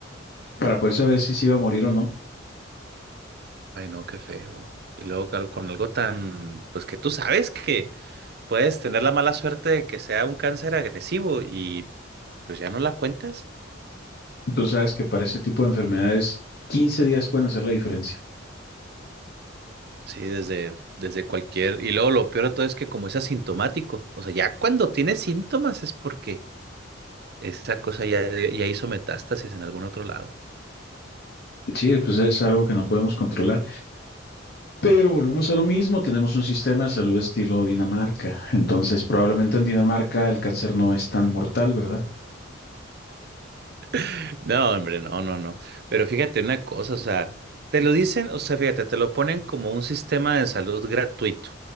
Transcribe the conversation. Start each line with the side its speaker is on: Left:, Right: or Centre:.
Left: para poder saber si se iba a morir o no.
Right: Ay, no, qué feo. Y luego cal- con algo tan, pues que tú sabes que puedes tener la mala suerte de que sea un cáncer agresivo y pues ya no la cuentas.
Left: Y Tú sabes que para ese tipo de enfermedades, 15 días pueden hacer la diferencia.
Right: Sí, desde, desde cualquier. Y luego lo peor de todo es que como es asintomático, o sea, ya cuando tiene síntomas es porque esa cosa ya, ya hizo metástasis en algún otro lado.
Left: Y sí, pues es algo que no podemos controlar. Pero volvemos a lo mismo, tenemos un sistema de salud estilo Dinamarca. Entonces, probablemente en Dinamarca el cáncer no es tan mortal, ¿verdad?
Right: <laughs> No, hombre, no, no, no. Pero fíjate una cosa, o sea, te lo dicen, o sea, fíjate, te lo ponen como un sistema de salud gratuito,